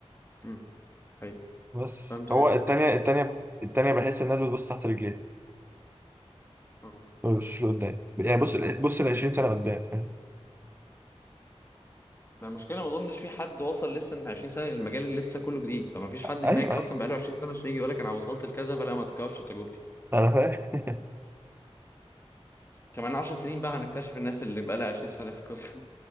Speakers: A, on the left (about 25°); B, on the right (about 20°).
A: م. حقيقي
B: بس
A: فهمت
B: هو
A: وجهة
B: التانية
A: نظرك
B: التانية التانية بحس الناس بتبص تحت رجليها
A: اه
B: ما بتبصش لقدام يعني بص بص ال 20 سنه قدام فاهم
A: ما المشكلة ما اظنش في حد وصل لسه من 20 سنة للمجال اللي لسه كله جديد فما فيش حد
B: ايوه
A: هناك
B: ايوه
A: اصلا بقاله 20 سنة عشان يجي يقول لك انا وصلت لكذا فلا ما تكررش تجربتي
B: انا فاهم
A: كمان 10 سنين بقى هنكتشف الناس اللي بقالها 20 سنة في القصة <laughs> دي.